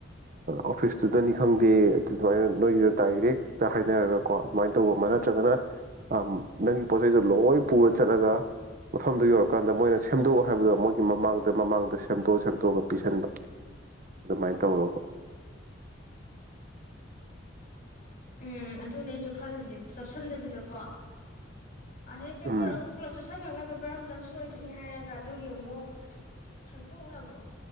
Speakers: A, on the right; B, on the left.
A: ꯑꯣꯐꯤꯁꯇ ꯇꯅꯤ ꯈꯪꯗꯦ ꯑꯗꯨ ꯑꯗꯨꯃꯥꯏꯅ ꯅꯣꯏꯒꯤ ꯗꯥꯏꯔꯦꯛ ꯍꯦꯛꯇ ꯍꯥꯏꯅꯔꯒꯀꯣ ꯑꯗꯨꯃꯥꯏꯅ ꯇꯧꯕ ꯑꯃ ꯅꯠꯇ꯭ꯔꯒꯅ ꯑꯝ ꯅꯪ ꯄꯣꯠ ꯆꯩ ꯂꯣꯏ ꯄꯨꯔ ꯆꯠꯂꯒ ꯃꯐꯝꯗꯨ ꯌꯧꯔ ꯀꯥꯟꯗ ꯃꯣꯏ ꯁꯦꯝꯗꯣꯛꯑꯣ ꯍꯥꯏꯕꯗꯣ ꯃꯣꯏ ꯃꯥꯡꯗ ꯃꯃꯥꯡꯗ ꯁꯦꯝꯇꯣꯛ ꯁꯦꯝꯇꯣꯛꯑꯒ ꯄꯤꯁꯟꯕ ꯑꯗꯨꯃꯥꯏꯅ ꯇꯧꯔꯕ
B: ꯎꯝ ꯑꯗꯨꯅꯦ ꯑꯩꯁꯨ ꯈꯜꯂꯤꯁꯦ ꯆꯞꯁꯤꯟꯗꯕꯤꯗꯀꯣ ꯑꯗꯩ ꯄꯦꯄꯔ
A: ꯎꯝ
B: ꯑꯃꯨꯛ ꯄꯨꯂꯞ ꯆꯞꯁꯟꯒ꯭ꯔꯒ ꯄꯦ ꯄꯔ ꯑꯝꯇꯪ ꯁꯣꯏꯕꯅꯤ ꯍꯥꯏꯔꯒ ꯑꯗꯨꯒꯤ ꯑꯃꯨꯛ ꯁꯦꯝꯗꯣꯛꯅꯕꯗꯣ